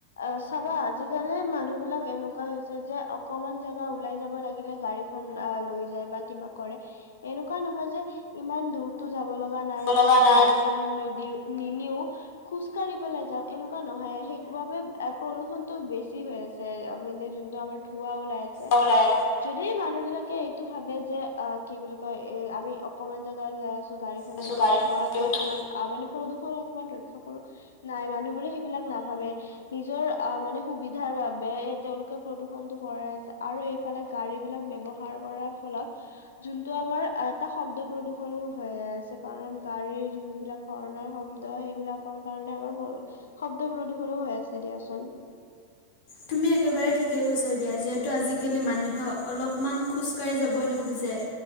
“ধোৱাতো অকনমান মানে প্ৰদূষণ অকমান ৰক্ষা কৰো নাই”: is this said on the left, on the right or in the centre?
Left